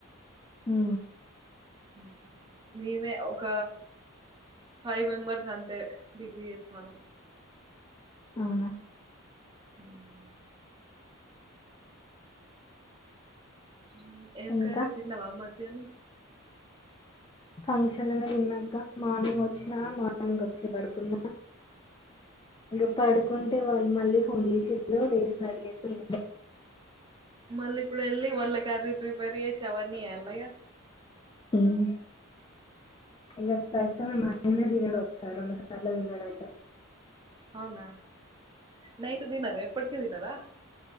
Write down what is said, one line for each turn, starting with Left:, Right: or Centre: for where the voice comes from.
Left: హు
Right: ఆ మేమే ఒక ఫైవ్ మెంబర్స్ అంతే డిగ్రీ చేస్తాను
Left: అవునా
Right: ఉమ్ ఉమ్ ఏం
Left: ఇంకా
Right: కర్రీ తిన్నావా మ ఎన్
Left: ఫంక్షన్ అనే తిన్నాక మార్నింగ్ వచ్చిన మార్నిం మనం కొంచె పడుకున్నాం ఇంక పడుకుంటే వాళ్ళు మళ్ళీ ఫోన్ చేసిండు లేసి రెడీ అయి పోయి
Right: మళ్ళీ ఇప్పుడు వెళ్ళి మళ్ళ కర్రీ ప్రిపేర్ చేసి అవన్నీ చేయాల్నా ఇగ
Left: ఉమ్ ఇగ కష్టమే మరి మేమే తినడ ఒకసారి రెండుసార్ల తినడంట
Right: అవునా నైట్ తినారా ఎప్పటికి తినారా